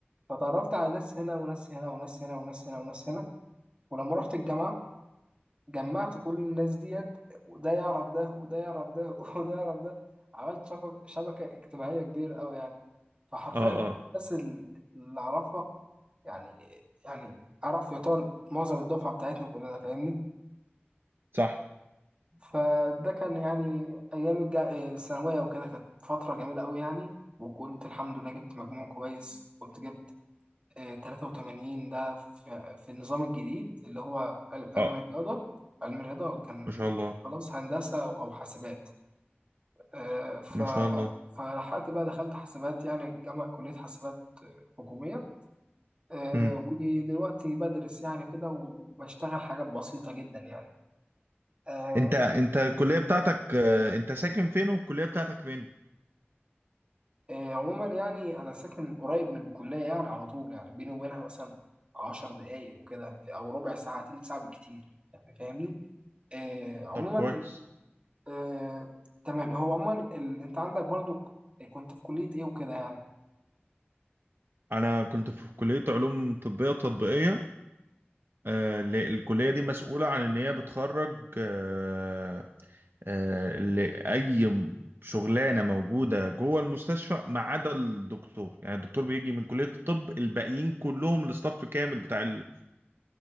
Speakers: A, on the right (about 30°); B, on the right (about 65°).
A: فتعرفت على ناس هنا وناس هنا وناس هنا وناس هنا وناس هنا ولما رحت الجامعة جمعت كل الناس ديت وده يعرف ده وده يعرف ده <laughs> وده يعرف ده عملت شبكة, شبكة اجتماعية كبيرة أوي يعني فحرفيا
B: اه اه
A: الناس ال- اللي أعرفها يعني يعني أعرف يعتبر معظم الدفعة بتاعتنا كلنا فاهمني
B: صح
A: فده كان يعني أيام الج- الثانوية وكده كانت فترة جميلة أوي يعني وكنت الحمد لله جبت مجموع كويس كنت جبت آه، 83 ده في, في النظام الجديد اللي هو ال- علم
B: اه
A: الرياضة علم الرياضة كان
B: ما شاء الله
A: خلاص هندسة أو حاسبات آه، ف
B: ما شاء الله
A: فلحقت بقى دخلت حاسبات يعني جامعة كلية حاسبات آه، حكومية آه،
B: مم.
A: ودلوقتي بدرس يعني كده وبشتغل حاجات بسيطة جدا يعني آه،
B: انت انت الكلية بتاعتك آه، انت ساكن فين والكلية بتاعتك فين
A: آه، عموما يعني أنا ساكن قريب من الكلية يعني على طول يعني بيني وبينها مثلا عشر دقايق وكده أو ربع ساعة تلت ساعة بالكتير يعني فاهمني؟ آه، عموما
B: طب كويس
A: آه، تمام هو عموما ال... انت عندك برضو ك- كنت في كلية ايه وكده يعني
B: انا كنت في كلية علوم طبية تطبيقية آه، ل- الكلية دي مسؤولة عن ان هي بتخرج آه، آه، لأي م- شغلانة موجودة جوه المستشفى ما عدا الدكتور يعني الدكتور بيجي من كلية الطب الباقيين كلهم الاستاف كامل بتاع ال-